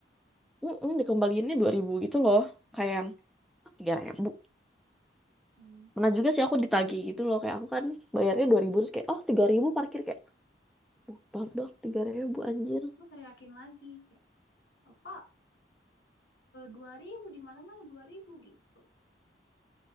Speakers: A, in the centre; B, on the left.
A: Mm-mm, dikembaliinnya 2000 gitu loh. Kayak yang, "Ah, 3000
B: Hmm.
A: Pernah juga sih aku ditagih gitu loh kayak aku kan bayarnya dua ribu terus kayak oh 3.000 parkir kayak motor dong 3.000 anjir.
B: Kamu teriakin lagi kayak apa? Dua ribu di mana-mana dua ribu gitu.